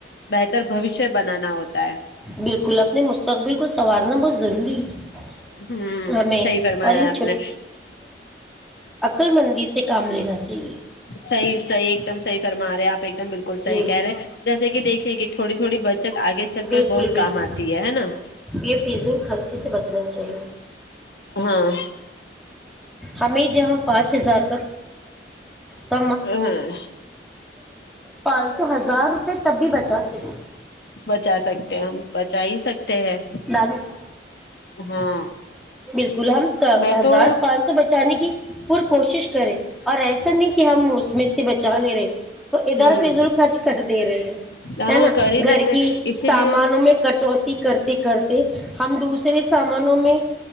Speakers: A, on the left; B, in the centre.
A: ب بھشیہ بنانا ہوتا ت
B: بالکل اپنے مستقبل کو سنوارنا بہت ضروری ہے
A: ہوں
B: ہمیں
A: صحی فرمایا
B: اور ان
A: آپ نے
B: کل مندی سے کام لینا چاہیے
A: صح ایک دم صحی فرما رہے آپ ایک بالکل صح
B: جی
A: کہہ رہے ہیں جیسے کہ دیکھیے کہ تھوڑی تھوڑی بچت آگے چل
B: بالکل
A: کر بہت
B: بالکل
A: کام آتی ہے ہے نا
B: یہ فضول خرچی سے بچنا چاہیے
A: ہاں
B: ہمیں جہاں پانچ ہزار <inaudible>
A: ہاں
B: پانچ سو ہزار روپے تب بھی بچا سکے
A: بچا سکتے ہیں ہم بچا ہی سکتے ہیں
B: بالو
A: ہاں
B: بالکل ہم
A: میں
B: ہزار
A: تو
B: پانچ سو بچانے کی پور کوشش کریں اور ایسا نہیں کہ ہم اس میں سے بچا لے رہے تو ادھر
A: ہوں
B: فضل خرچ کر دے رہے ہیں
A: ہاں
B: ہے نا
A: کر ہی
B: گھر
A: دیتے
B: کی
A: اسی
B: سامانوں
A: لیے
B: میں کٹوتی کر کرتے ہم دوسرے سامانوں میں